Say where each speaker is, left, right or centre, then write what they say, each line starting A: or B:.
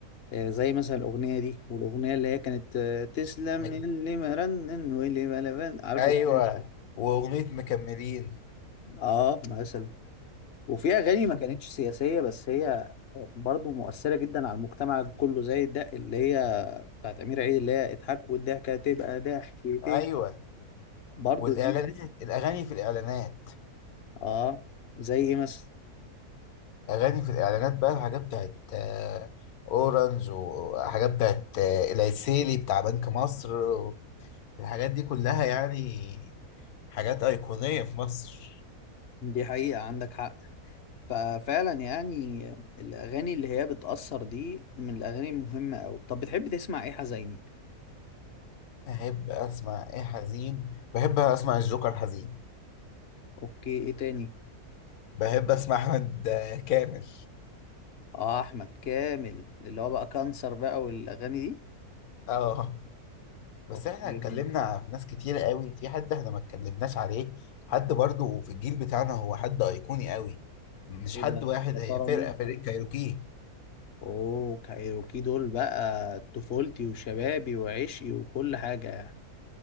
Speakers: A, on the left; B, on the left.
A: آه زي مثلا الاغنيه دي والاغنيه اللي هي كانت آه، تسلم
B: مك...
A: اللي مرنن واللي بلبن عارف
B: ايوه
A: الاغنيه دي؟
B: واغنيه مكملين
A: اه مثلا وفي اغاني ما كانتش سياسيه بس هي برضو مؤثره جدا على المجتمع كله زي الدق اللي هي بتاعت امير عيد اللي هي اضحك والضحكه تبقى ضحكتين
B: ايوه
A: برضو
B: والاعلانات
A: دي
B: الاغاني في الاعلانات
A: اه زي ايه مثلا
B: اغاني في الاعلانات بقى الحاجات بتاعت آه، اورنج وحاجات بتاعت آه، العسيلي بتاع بنك مصر الحاجات دي كلها يعني حاجات ايقونيه في مصر
A: دي حقيقه عندك حق ففعلا يعني الاغاني اللي هي بتاثر دي من الاغاني المهمه قوي طب بتحب تسمع ايه حزيني
B: احب اسمع ايه حزين بحب اسمع الجوكر حزين
A: اوكي ايه تاني
B: بحب اسمع احمد آه، كامل
A: اه احمد كامل اللي هو بقى كانسر بقى والاغاني دي
B: اه بس
A: اوكي
B: احنا اتكلمنا في ناس كتير قوي في حد احنا ما اتكلمناش عليه حد برضو في الجيل بتاعنا هو حد ايقوني قوي مش
A: ايه
B: حد
A: ده
B: واحد
A: يا
B: هي
A: ترى
B: فرقة
A: مين
B: فرقة كايروكي
A: اوه كايروكي دول بقى طفولتي وشبابي وعشقي وكل حاجة يعني